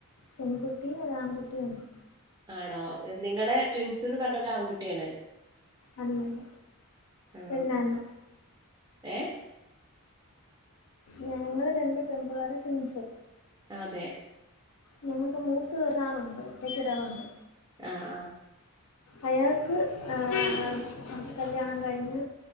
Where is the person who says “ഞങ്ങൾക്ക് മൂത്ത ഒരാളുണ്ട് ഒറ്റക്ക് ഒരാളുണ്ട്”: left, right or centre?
Left